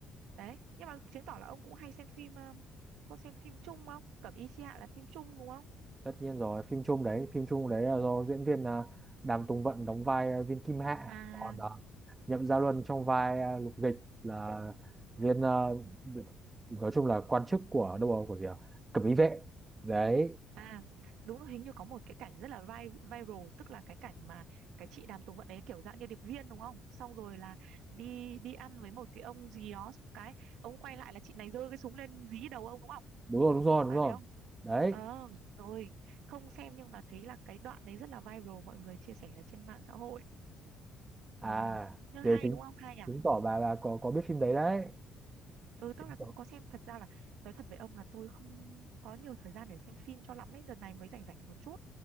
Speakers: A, on the right; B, on the right.
A: đấy nhưng mà chứng tỏ là ông cũng hay xem phim ờ, có xem phim Trung không Cẩm Y Chi Hạ là phim Trung đúng không
B: tất nhiên rồi phim chung đấy phim chung đấy là do diễn viên à, Đàm Tùng Vận đóng vai à, viên Kim Hạ
A: à
B: còn à, Nhậm Gia Luân trong vai à, Lục Dịch là viên à, nói chung là quan chức của đâu rồi, của gì à? Cẩm Ý vệ đấy
A: à đúng rồi hình như có một cái cảnh rất là vi- viral tức là cái cảnh mà cái chị Đàm Tùng Vận đấy kiểu dạng như điệp viên đúng không xong rồi là đi đi ăn với một cái ông gì đó xong cái ông quay lại là chị này giơ cái súng lên dí đầu ông đúng không
B: đúng rồi đúng rồi đúng
A: phải
B: rồi
A: vậy không
B: đấy
A: ờ rồi không xem nhưng mà thấy là cái đoạn đấy rất là viral mọi người chia sẻ ở trên mạng xã hội
B: à
A: ừ nhưng
B: thế
A: hay
B: chính
A: đúng không hay à
B: chứng tỏ bà bà có có biết phim đấy đấy
A: ừ tức
B: chứng
A: là
B: tỏ
A: cũng có xem thật ra là nói thật với ông là tôi không có nhiều thời gian để xem phim cho lắm ấy đợt này mới rảnh rảnh một chút